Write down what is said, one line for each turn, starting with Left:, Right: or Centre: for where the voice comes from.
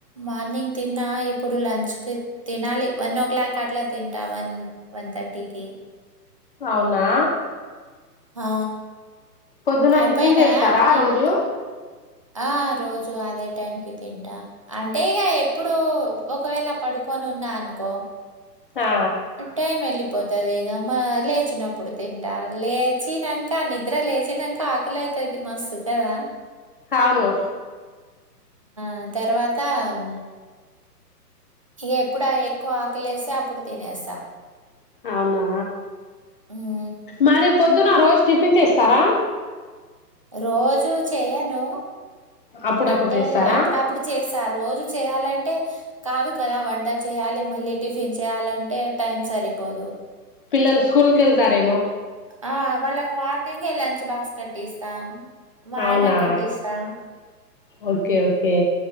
Right: మార్నింగ్ తిన్న ఇప్పుడు లంచ్ కి తినాలి వన్ ఓ క్లాక్ కట్ల తింట వన్ వన్ థర్టీకి
Left: అవునా
Right: ఆ
Left: పొద్దున
Right: అయిపోయినయా
Left: టిఫిన్ చేస్తారా
Right: ఏంట్
Left: రోజు
Right: ఆ రోజు అదే టైమ్కి తింట అంటే ఇగ ఎప్పుడు ఒకవేళ పడుకు కోనున్నా అనుకో
Left: ఆ
Right: టైమ్ ఎల్లి పోతది ఇగ మా లేచినప్పుడు తింటా లేచినంక నిద్ర లేచినంక ఆకలై తది మస్తు కదా
Left: అవును
Right: అ తర్వాత అం ఇగ ఎప్పుడ ఎక్కువ ఆకలి లేస్తే అప్పుడు తినేస్తా
Left: అవునా
Right: మ్మ్
Left: మరీపోద్దు ద్దున్న రోజు టిఫిన్ చేస్తారా
Right: రోజు చేయను
Left: అప్పుడప్పుడు
Right: అంటే
Left: చేస్తారా
Right: అప్పుడప్పుడు చేస్తా రోజు చే చేయాలంటే కాదు కదా వంట చేయాలి మళ్ళీ టిఫిన్ చేయాలంటే టైం సరిపోదు
Left: పిల్లల్ స్కూల్కేళ్తారేమో
Right: ఆ వాళ్ళకు మార్నింగే లంచ్ బాక్స్ కట్టిస్తా మా
Left: అవునా
Right: ఆయన కట్టిస్తా
Left: ఓకే ఓకే